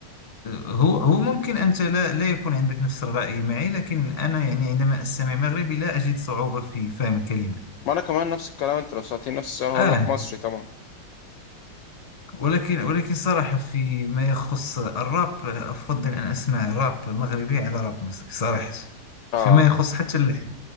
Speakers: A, on the left (about 25°); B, on the left (about 70°).
A: هو ممكن أنت لا لا يكون عندك نفس الرأي معي لكن أنا يعني عندما أستمع مغربي لا أجد صعوبة في فهم الكلمات
B: ما انا كمان نفس الكلام انت لو سألتني نفس السؤال هقول
A: آه
B: لك مصري طبعا
A: ولكن ولكن صراحة في ما يخص الراب آه، أفضل أن أسمع راب مغربي على راب مصري صراحة
B: آه
A: فيما يخص حتى اللحن